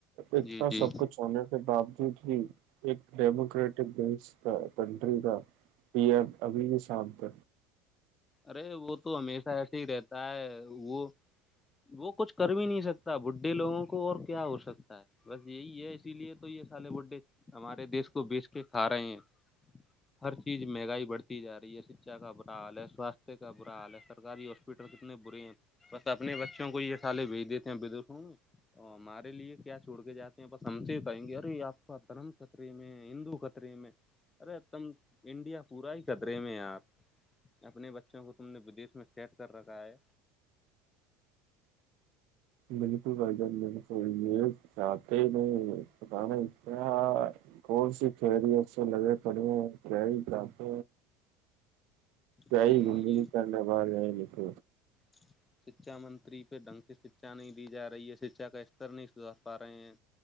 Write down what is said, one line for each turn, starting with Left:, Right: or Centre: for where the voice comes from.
Right: اتنا
Left: جی جی
Right: سب کچھ ہونے کے باوجود بھی ایک ڈیموکریٹک دیس کنٹری کا پم ابھی بھی شانت
Left: ارے وہ تو ہمیشہ ایسے ہی رہتا ہے وہ وہ کچھ کر بھی نہیں سکتا بڈھے لوگوں کو اور کیا ہو سکتا ہے بس یہی ہے اسی لیے تو یہ سالے بھے ہمارے دیش کو بیچ کے کھا رہے ہیں ہر چیز مہنگائی بڑھتی جا رہی ہے شچا کا برا حال ہے واسے کا برا حال ہے سرکاری ہاسپٹل کتنے برے ہیں بس اپنے بچوں کو یہ تھالے بھیج دیتے ہیں بے دوں ا ہمارے لیے کیا چھوڑ کے جاتے ہیں بس ہم سے ہی بتائیں گے رے آپ کا دھرم خطرے میں ہندو خطرے میں ارے تم انڈیا پورا ہی قدرے میں یار اپنے بچوں کو تم نے ودش میں سیٹ کر رکھا ہے
Right: بالکل بھ جان تو چاہتے ہی نہیں پتانا اس کیا کون سی کریی ہے س لگے پڑ کیا جات جئی
Left: ابھی
Right: گ دلی
Left: یہ
Right: کڈ بار ج تھ
Left: <unintelligible> شکچھا منتری پہ ڈھنگ سے شکچھا نہیں دی جا رہی ہے شکچھا کا استر نہیں سدھار پا رہے ہیں